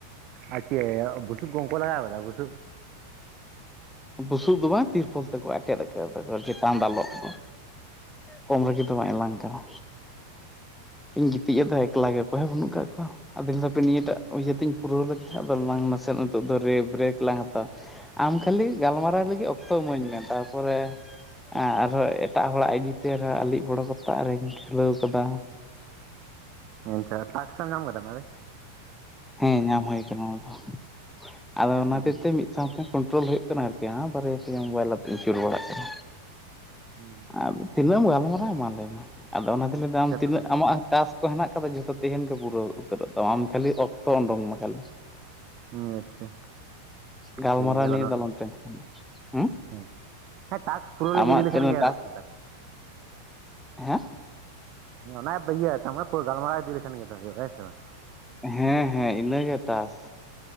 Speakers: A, on the right; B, in the centre.
A: ᱟᱨ ᱪᱮᱜ, <unintelligible> ᱜᱚᱝᱠᱚ ᱞᱟᱜᱟᱣ ᱠᱟᱫᱟ ᱵᱩᱥᱩᱵ᱾
B: ᱵᱩᱥᱩᱵ ᱫᱚ ᱵᱟᱝ ᱛᱤᱨᱯᱚᱞ ᱛᱮᱠᱚ ᱟᱴᱮᱫ ᱟᱠᱟᱫᱟᱠᱚ ᱪᱮᱛᱟᱱ ᱫᱟᱞᱚᱵ ᱫᱚ᱾ ᱠᱚᱢ ᱨᱟᱹᱜᱤ ᱫᱚ ᱵᱟᱝ ᱮᱞᱟᱝ ᱠᱟᱱᱟ᱾ ᱤᱧ ᱜᱤᱛᱤᱡ ᱟᱫᱟ ᱮᱠᱞᱟ ᱜᱮ ᱚᱠᱚᱭ ᱦᱚᱸ ᱵᱟᱹᱱᱩᱜ ᱟᱠᱟᱜ ᱠᱚᱣᱟ᱾ ᱟᱫᱚᱧ ᱞᱟᱹᱭᱫᱟ ᱦᱟᱯᱮ ᱱᱤᱭᱟᱹᱴᱟᱜ ᱤᱭᱟᱹ ᱛᱮᱧ ᱯᱩᱨᱟᱹᱣ ᱞᱮᱜᱮ ᱟᱫᱚ ᱞᱟᱝ ᱱᱟᱥᱮ ᱱᱟᱜ ᱱᱤᱛᱚᱜ ᱫᱚ ᱨᱮ ᱵᱨᱮᱠ ᱞᱟᱝ ᱦᱟᱛᱟᱣᱟ᱾ ᱟᱢ ᱠᱷᱟᱹᱞᱤ ᱜᱟᱞᱢᱟᱨᱟᱣ ᱞᱟᱹᱜᱤᱫ ᱚᱠᱛᱚ ᱤᱢᱟᱹᱧ ᱢᱮ ᱛᱟᱨᱯᱚᱨᱮ
A: ᱟᱪᱪᱷᱟ
B: ᱟᱨᱦᱚᱸ ᱮᱴᱟᱜ ᱦᱚᱲᱟᱜ ᱟᱭᱰᱤ‌ ᱛᱮ ᱟᱨᱚ ᱟᱹᱞᱤᱡ ᱵᱚᱲᱚ ᱠᱚᱛᱛᱟ ᱟᱜ ᱨᱤᱧ ᱠᱷᱩᱞᱟᱹᱣ ᱟᱠᱟᱫᱟ᱾
A: ᱚᱱᱠᱟ ᱴᱟᱠᱥ ᱮᱢ ᱧᱟᱢ ᱠᱟᱫᱟ ᱚᱱᱟ ᱨᱮ
B: ᱦᱮᱸ ᱧᱟᱢ ᱦᱩᱭ ᱠᱟᱱᱟ ᱚᱱᱟ ᱫᱚ ᱟᱫᱚ ᱚᱱᱟ
A: ᱦᱮᱸ
B: ᱦᱚᱛᱮᱡ ᱛᱮ ᱥᱟᱶᱛᱮ ᱠᱚᱱᱴᱨᱳᱞ ᱦᱩᱭᱩᱜ ᱠᱟᱱᱟ ᱟᱨᱠᱤ ᱵᱟᱨᱭᱟ ᱯᱮᱭᱟ ᱢᱳᱵᱟᱭᱤᱞ ᱟᱛᱮᱧ ᱟᱹᱪᱩᱨ ᱵᱟᱲᱟᱜ ᱠᱟᱱᱟ᱾
A: ᱦᱩᱸ
B: ᱟᱫᱚ ᱛᱤᱱᱟᱹᱜ ᱮᱢ ᱜᱟᱞᱢᱟᱨᱟᱣ-ᱟ ᱢᱟ ᱞᱟᱹᱭ ᱢᱮ ᱟᱫᱚ ᱚᱱᱟᱛᱮ ᱞᱟᱹᱭᱫᱟ ᱟᱢ
A: ᱥᱮ
B: ᱛᱤᱱᱟᱹᱜ
A: ᱛᱚᱵᱮ
B: ᱟᱢᱟᱜ ᱴᱟᱥᱠ ᱠᱚ ᱦᱮᱱᱟᱜ ᱟᱠᱟᱫᱟ ᱡᱷᱚᱛᱚ ᱛᱮᱦᱮᱧ ᱜᱮ ᱯᱩᱨᱟᱹᱣ ᱩᱛᱟᱹᱨᱚᱜ ᱛᱟᱢᱟ, ᱟᱢ ᱠᱷᱟᱹᱞᱤ ᱚᱠᱛᱚ ᱩᱰᱩᱠ ᱢᱮ ᱠᱷᱟᱹᱞᱤ᱾
A: ᱦᱮᱸ ᱟᱪᱪᱷᱟ
B: ᱜᱟᱞ
A: ᱴᱷᱤᱠ
B: ᱢᱟᱨᱟᱣ
A: ᱜᱮᱭᱟ
B: ᱱᱤᱭᱮ
A: ᱠᱳᱱᱳ
B: ᱫᱚ ᱟᱞᱚᱢ <unintelligible>
A: ᱦᱮᱸ ᱦᱮᱸ ᱴᱟᱥᱠ ᱯᱩᱨᱟᱹᱣ ᱞᱟᱹᱜᱤᱫ
B: ᱟᱢᱟᱜ
A: ᱤᱫᱤ ᱞᱮᱠᱷᱟᱱ
B: ᱛᱤᱱᱟᱹᱜ
A: ᱜᱮ ᱟᱫᱚ
B: ᱴᱟᱥᱠ
A: ᱪᱮᱫ ᱫᱚᱨᱠᱟᱨ
B: ᱦᱮᱸ
A: ᱚᱱᱟ ᱜᱮᱛᱚ ᱤᱭᱟᱹ ᱛᱟᱨ ᱢᱟᱱᱮ ᱯᱩᱨᱟᱹ ᱜᱟᱞᱢᱟᱨᱟᱣ ᱤᱫᱤ ᱞᱮᱠᱷᱟᱱ ᱜᱮᱛᱚ ᱦᱩᱭᱩᱜᱼᱟ ᱦᱮᱸ ᱥᱮ ᱵᱟᱝ
B: ᱦᱮᱸ ᱦᱮᱸ ᱤᱱᱟᱹ ᱜᱮᱛ ᱴᱟᱥᱠ